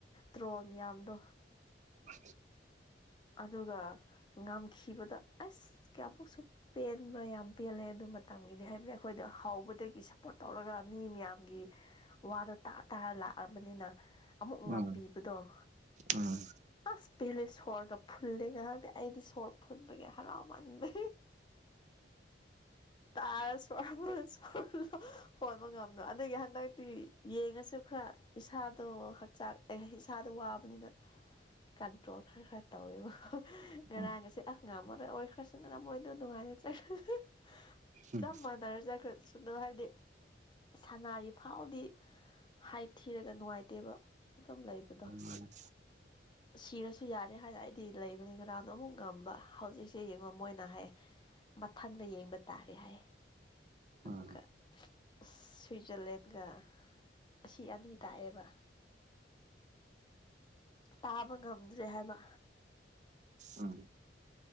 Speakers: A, on the left; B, on the right.
A: ꯇ꯭ꯔꯣꯜ ꯃꯌꯥꯝꯗꯣ
B: ꯑ
A: ꯑꯗꯨꯒ ꯉꯝꯈꯤꯕꯗ ꯑꯁ ꯀꯌꯥꯃꯨꯛꯁꯨ ꯄꯦꯟꯕ ꯌꯥꯝ ꯄꯦꯜꯂꯦ ꯑꯗꯨ ꯃꯇꯝꯒꯤꯗꯤ ꯍꯥꯏꯕꯗꯤ ꯑꯩꯈꯣꯏꯗ ꯍꯥꯎꯕꯗꯒꯤ ꯁꯞꯄꯣꯔꯠ ꯇꯧꯔꯒ ꯃꯤ ꯃꯌꯥꯝꯒꯤ ꯋꯥꯗꯣ ꯇꯥ ꯇꯥꯔ ꯂꯥꯛꯑꯕꯅꯤꯅ ꯑꯃꯨꯛ ꯉꯝꯕꯤꯕꯗꯣ
B: ꯎꯝ ꯎꯝ
A: ꯑꯁ ꯄꯦꯂꯦꯁ ꯁꯔꯒ ꯐꯨꯜꯂꯦ ꯉꯥꯏꯍꯥꯛꯇꯗꯤ ꯑꯩꯗꯤ ꯁꯣꯔꯠ ꯐꯨꯟꯕꯒꯤ ꯍꯔꯥꯎꯃꯟꯕ ꯇꯥꯔꯁꯨꯣꯔ ꯁ ꯍꯣꯟꯕ ꯉꯝꯗꯣ ꯑꯗꯨꯗꯒꯤ ꯍꯟꯗꯛꯇꯤ ꯌꯦꯡꯉꯁꯨ ꯈꯔ ꯏꯁꯥꯗꯣ ꯍꯛꯆꯥꯡ ꯏꯁꯥꯗꯣ ꯋꯥꯕꯅꯤꯅ ꯀꯟꯇ꯭ꯔꯣꯜ ꯈꯔ ꯈꯔ ꯇꯧꯋꯦꯕ ꯉꯔꯥꯡ
B: ꯎꯝ
A: ꯑꯁꯦ ꯉꯥꯃ ꯑꯣꯏꯈ꯭ꯔꯁꯨꯅꯅ ꯃꯣꯏꯗꯣ ꯅꯨꯡꯉꯥꯏꯅ ꯆꯈ꯭ꯔꯁꯨ
B: ꯎꯝ
A: ꯆꯞ ꯃꯥꯟꯅꯔ ꯆꯠꯈ꯭ꯔꯁꯨ ꯀꯗꯣ ꯍꯥꯏꯕꯗꯤ ꯁꯥꯟꯅꯔꯤ ꯐꯥꯎꯗꯤ ꯍꯥꯏ ꯊꯤꯔꯒ ꯅꯨꯡꯉꯥꯏꯇꯦꯕ ꯑꯗꯨꯝ ꯂꯩꯕꯗꯣ
B: <inaudible>
A: ꯁꯤꯔꯁꯨ ꯌꯥꯏ ꯑꯩ ꯍꯥꯏ ꯂꯏꯗꯤ ꯂꯩꯕꯅꯦ ꯒ꯭ꯔꯥꯎꯟꯗꯣ ꯑꯃꯨꯛ ꯉꯝꯕ ꯍꯧꯖꯤꯛꯁꯦ ꯌꯦꯡꯉꯣ ꯃꯣꯏꯅ ꯍꯥꯏ ꯃꯊꯪꯗ ꯌꯦꯡꯕ ꯇꯥꯔꯦ ꯍꯥꯏ ꯑꯃꯨꯛꯀ
B: ꯎꯝ
A: ꯑ ꯁ꯭ꯋꯤꯖꯔꯂꯦꯟꯒ ꯑꯁꯤ ꯑꯅꯤ ꯇꯥꯛꯑꯦꯕ ꯇꯥꯕ ꯉꯝꯗ꯭ꯔꯦ ꯍꯥꯏꯕ
B: ꯎꯝ